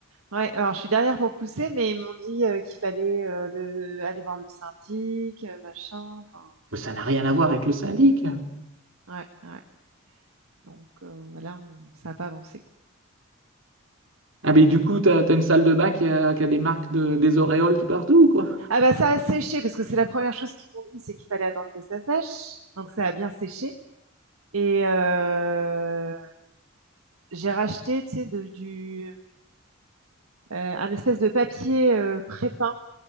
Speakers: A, on the right; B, on the right.
A: Ouais, alors je suis derrière pour pousser, mais ils m'ont dit euh, qu'il fallait euh, le- aller voir le syndic, euh, machin, enfin,
B: Mais ça n'a rien à voir avec le syndic.
A: ouais, ouais. Donc euh, voilà, on- ça n'a pas avancé. quoi.
B: Ah, mais du coup, t'as, t'as une salle de bain qui a, qui a des marques de, des auréoles tout partout ou quoi?
A: Ah bah ça a séché, parce que c'est la première chose qu'ils m'ont dit, c'est qu'il fallait attendre que ça sèche. Donc ça a bien séché. Et euh, j'ai racheté, tu sais, de- du, euh, un espèce de papier euh, pré-peint,